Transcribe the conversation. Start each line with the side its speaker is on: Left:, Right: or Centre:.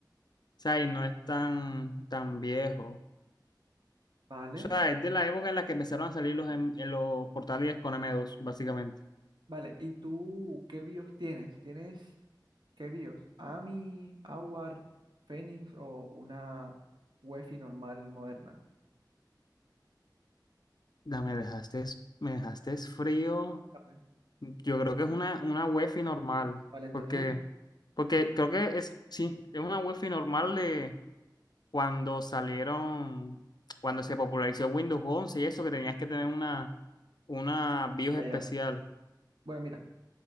Left: O sea, y no es tan, tan viejo. O
Right: Vale,
Left: sea, es de la época en la que empezaron a salir los, em- los portátiles con M2, básicamente.
Right: vale. ¿Y tú qué BIOS tienes? ¿Tienes qué BIOS? AMI, AWAR, Phoenix o una UEFI normal moderna?
Left: Ya, me dejaste, me dejaste frío.
Right: Ajá.
Left: Yo creo que es una, una UEFI normal,
Right: Vale, entonces,
Left: porque, porque creo que es, sí, es una UEFI normal de cuando salieron, cuando se popularizó Windows 11 y eso, que tenías que tener una, una BIOS
Right: ya,
Left: especial.
Right: ya. Bueno, mira,